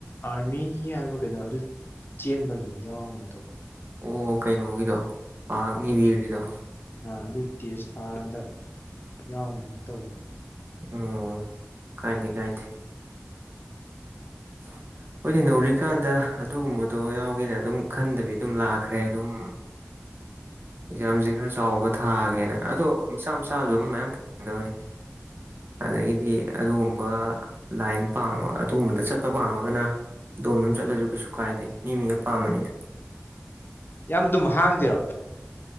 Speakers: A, on the left (about 50°); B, on the right (about 50°).
A: ꯑꯥꯔꯃꯤꯒꯤ ꯍꯥꯏꯕ꯭ꯔꯥ ꯀꯩꯅꯣ ꯑꯗꯨ ꯆꯦꯟꯕ ꯌꯥꯎꯗꯣ
B: ꯑꯣ ꯀꯩꯅꯣꯒꯤꯗꯣ ꯃꯍꯥꯛꯅꯤꯕꯤꯔꯒꯤꯗꯣ
A: ꯑ ꯑꯗꯨ ꯇꯦꯁ ꯊꯥꯔꯥꯟꯗ ꯌꯥꯎ ꯇꯧꯕꯅꯤ
B: ꯑꯣ ꯀꯥꯏꯗꯦ ꯀꯥꯏꯗꯦ <unintelligible> ꯈꫭꯏꯗꯤ ꯅꯧꯔꯤꯀꯥꯟꯗ ꯑꯗꯨꯒꯨꯝꯕꯗꯣ ꯌꯥꯎꯒꯦꯅ ꯑꯗꯨꯝ ꯈꯟꯗꯕꯤ ꯑꯗꯨꯝ ꯂꯥꯛꯈ꯭ꯔꯦ ꯑꯗꯨꯝ ꯑꯦꯛꯖꯥꯝꯁꯦ ꯈꯔ ꯆꯥꯎꯕ ꯊꯥꯒꯦꯅ ꯑꯗꯣ ꯃꯆꯥ ꯃꯆꯥꯁꯨ ꯑꯗꯨꯝ ꯃꯌꯥꯝ ꯊꯥꯡꯗꯕꯅꯤ ꯑꯗꯒꯤꯗꯤ
A: ꯑꯥ
B: ꯑꯗꯨꯒꯨꯝꯕ ꯂꯥꯏꯟ ꯄꯥꯝꯃꯒ ꯑꯗꯨꯒꯨꯝꯕꯗ ꯆꯠ ꯑꯄꯥꯥꯝꯃꯒꯅ ꯑꯗꯣꯝꯗꯣꯝ ꯆꯠꯂꯁꯨ ꯀꯩꯁꯨ ꯀꯥꯏꯗꯦ ꯃꯤ ꯃꯤ ꯑꯄꯥꯝꯕꯅꯤꯗ
A: ꯏꯌꯥꯝꯕ ꯑꯗꯨꯝ ꯍꯥꯡꯗꯦꯔꯣ